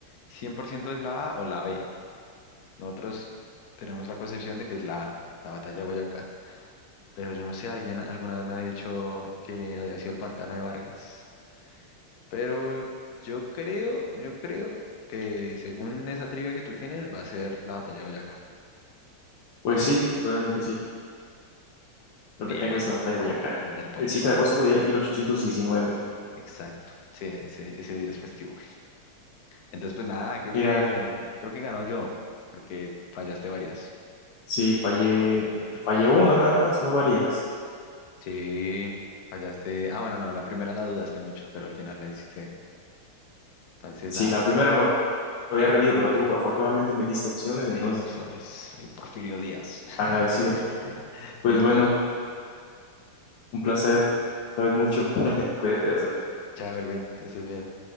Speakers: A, on the left (about 55°); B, on the left (about 80°).
A: ¿100% es la A o la B. Nosotros tenemos la concepción de que es la, A, la batalla de Boyacá. Pero yo no sé, alguien alguna vez me ha dicho que había sido el pantano de Vargas. Pero yo creo, yo creo que según esa trivia que tú tienes, va a ser la batalla de Boyacá.
B: Pues sí, realmente sí. Lo
A: Bien,
B: que tengo
A: bien,
B: es la batalla de Boyacá.
A: del puente
B: El 7
A: de Boyacá.
B: de agosto de 1819.
A: Exacto. Sí, ese, ese día es festivo. Entonces, pues nada, creo
B: Mira,
A: que, creo que ganó yo, porque fallaste varias.
B: sí, fallé, te fallé uno nada más, no varias.
A: Sí, fallaste. Ah, bueno, no, la primera la dudaste mucho, pero al final la hiciste bien. Entonces,
B: Sí,
A: nada,
B: la primera me había rendido, pero tú afortunadamente me diste opciones,
A: te
B: entonces
A: opciones. ahí Porfirio Díaz. <laughs>
B: agradecido. Pues
A: Listo.
B: bueno, un placer. Sabes mucho. <laughs> Cuídate, hasta
A: Chao, Erwin, que estés bien.